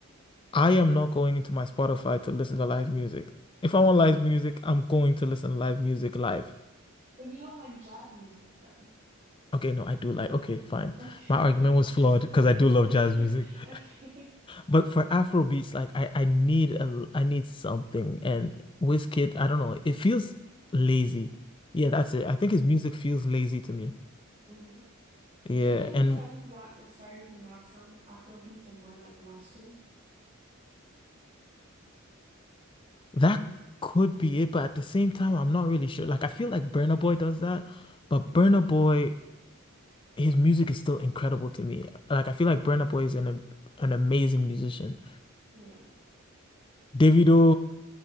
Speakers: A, on the left; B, on the right.
A: I am not going into my Spotify to listen to live music. If I want live music, I'm going to listen to live music live.
B: But you don't like jazz music then?
A: Okay, no, I do like, okay, fine.
B: Okay.
A: My argument was flawed because
B: <laughs>
A: I do love
B: Okay.
A: jazz music.
B: <laughs>
A: <laughs>
B: Okay.
A: But for Afro beats, like I, I need a I need something. And Wizkid, I don't know, it feels lazy. Yeah, that's it. I think his music feels lazy to me.
B: hmm
A: Yeah,
B: Do you think
A: and
B: it's because it's not it's starting to not sound Afro beats and more like Western?
A: That could be it, but at the same time, I'm not really sure. Like, I feel like Burna Boy does that, but
B: hmm
A: Burna Boy, his music is still incredible to me. Like, I feel like Burna Boy is an am- an amazing musician.
B: Yeah.
A: Davido,